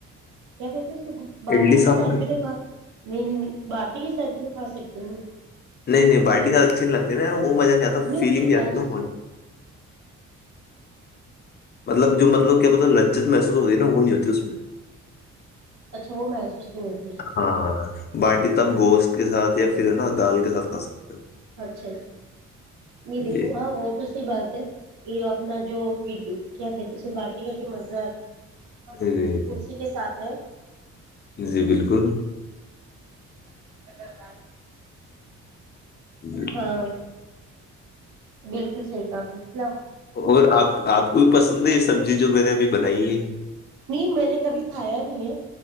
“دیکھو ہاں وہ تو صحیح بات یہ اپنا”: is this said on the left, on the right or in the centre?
Right